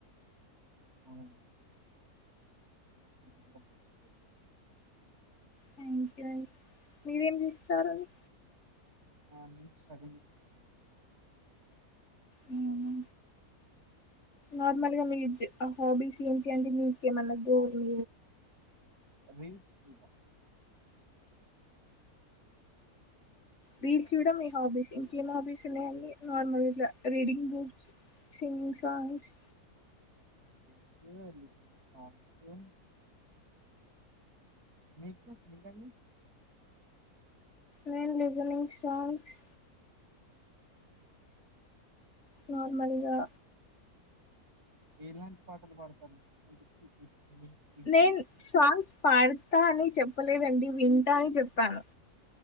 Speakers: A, on the right; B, on the left.
A: అవునా అది కూడా మంచిదేలేండి
B: థ్యాంక్ యూ అన్ మీరేం చూస్తారండి
A: మార్నింగ్ స్టడీ చేస్తా నేను
B: అవునా నార్మల్ గా మీ జ్ హాబీస్ ఏంటి అండి మీకేమన్నా గోల్
A: రీల్స్ చూడ్డమ్
B: రీల్స్ చూడం మీ హాబీస్, ఇంకేం హాబీస్ ఉన్నయండి నార్మల్ గిట్ల రీడింగ్ బుక్స్ సింగింగ్ సాంగ్స్
A: వీడియోలు చూస్తానండి సాంగ్స్ వి మీకు మీకండి
B: నేను లిజనింగ్ సాంగ్స్ నార్మల్గా
A: ఎలాంటి పాటలు పాడతారు అనిపిచ్చి వింటారు
B: నేను సాంగ్స్ పాడతా అని చెప్పలేదండి వింటా అని చెప్పాను